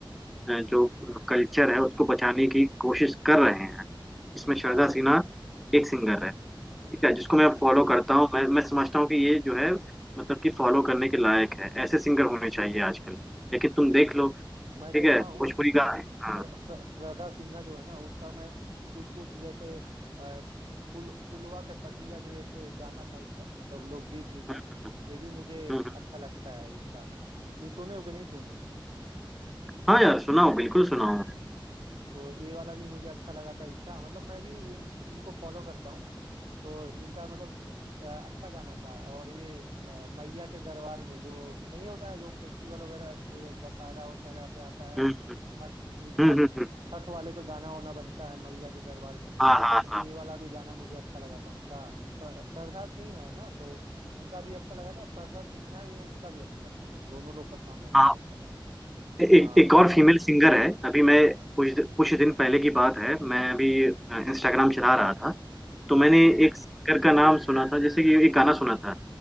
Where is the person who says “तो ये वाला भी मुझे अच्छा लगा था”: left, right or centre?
Right